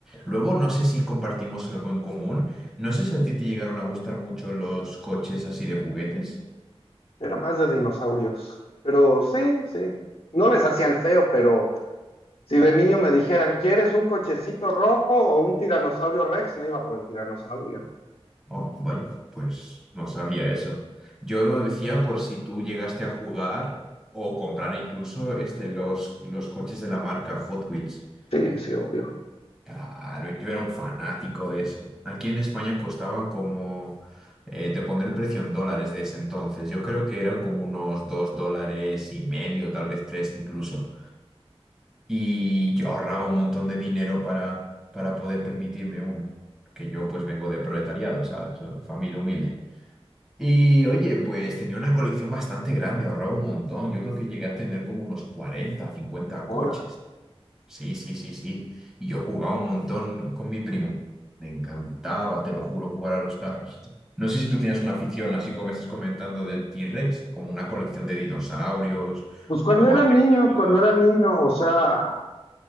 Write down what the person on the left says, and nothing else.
Era más de dinosaurios. Pero sí, sí. No les hacía el feo, pero si de niño me dijeran, ¿quieres un cochecito rojo o un tiranosaurio Rex? Me iba por el tiranosaurio.
Sí, sí, obvio.
Ahora.
Pues cuando
era
niño,
cuando era niño, o sea,